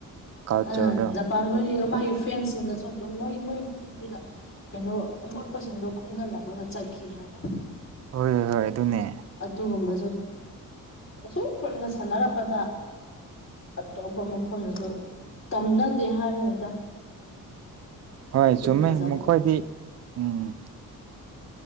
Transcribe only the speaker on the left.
ꯑꯥ ꯖꯄꯥꯟ ꯍꯣꯏꯒ ꯃꯥꯒꯤ ꯐ꯭ꯔꯦꯟꯁꯁꯤꯡꯒꯁꯨ ꯑꯗꯨꯝ ꯃꯣꯏꯒꯤ ꯃꯣꯏꯒꯤ ꯃꯗꯨꯗ <unintelligible> ꯀꯩꯅꯣ ꯑꯃꯣꯠꯄꯁꯤꯡꯗꯣ ꯈꯨꯡꯒꯠ ꯂꯝꯃꯒ ꯆꯠꯈꯤ ꯍꯥꯏꯕ
ꯑꯗꯨꯒꯨꯝꯕꯁꯨ ꯑꯁꯨꯛ ꯀꯨꯏꯅ ꯁꯥꯟꯅꯔꯛꯄꯗ ꯑꯇꯣꯞꯄ ꯃꯐꯝꯗꯁꯨ ꯇꯝꯅꯗꯦ ꯍꯥꯏꯝꯅꯤꯗ
ꯐꯖꯕꯗꯣ